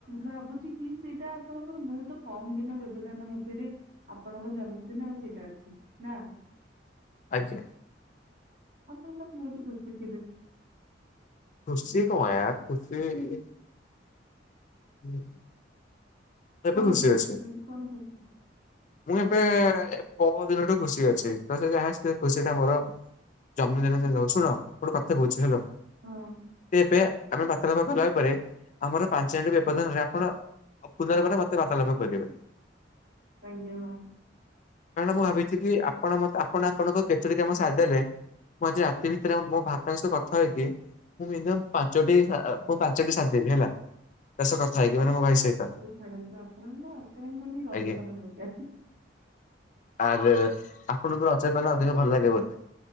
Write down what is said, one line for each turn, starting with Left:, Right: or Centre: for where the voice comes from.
Right: ଭାବୁଚି କି -ସେଇଟା ଆପଣଙ୍କର ବହୁତ କମ ଦିନ ବ୍ୟବ <unintelligible> ମଧ୍ୟରେ ଆପଣଙ୍କ ଜନ୍ମଦିନ ଆଉ ସେଇଟା ଅଛି ନା।
Left: ଆଜ୍ଞା।
Right: ଆପଣତ ବହୁତ ଖୁସିଥିବେ।
Left: ଖୁସି କଣଁ ୟାର, ଖୁସିଇ ହୁଁ <inaudible> ଏବେ
Right: କଣ
Left: ଖୁସି ଅଛି
Right: କଣ ଖୁସି
Left: ମୁଁ ଏ ପ ଦିନଠୁ ଖୁସି ଅଛି, ତ ସେ ଯାଁ ସେ ଖୁସି ଟା ମୋର ଜମନ ଶୁଣ ଗୋଟେ କଥା କହୁଚି -ହେଲ
Right: ହଁ
Left: ଏବେ ଆମେ ବା <unintelligible> ଭ କଲା ପରେରେ ଆମର ପାଞ୍ଚ ଜଟି ବ୍ୟବଧାନରେ ଆପଣ <unintelligible> ପୂଜାର ମତେ ବାଧ ଲଭ କରିଦେବେ <unintelligible>
Right: ଆଜ୍ଞା ହଁ।
Left: ମୁଁ ଭାବିଛି ଆପଣ ମତେ, ଆପଣ ଆପଣଙ୍କ କେଚୁଡି କାମ ସାରି ଦେଲେ ମୁଁ ଆଜି ରାତି ଭିତରେ, ମୋ ଭାତାଙ୍କ ସହ କଥା ହୋଇକି ମୁଁ ମ ପାଞ୍ଚଟି, ମୁଁ ପାଞ୍ଚଟି ସାରିଦେବି ହେଲା, ତା ସହ କଥା ହେଇକି, ମାନେ ମୋ ଭାଇ ସହିତ
Right: ଛାଡ଼ନ୍ତୁ ଆପଣଙ୍କ ନା ଆପ କାଲ ରଜପାନ
Left: ଆଜ୍ଞା
Right: ଧରିକି ଆସ
Left: ଆରେ ଆପଣଙ୍କୁ ରଜପାନ ଅଧିକ ଭଲ ଲାଗେ ବୋଧେ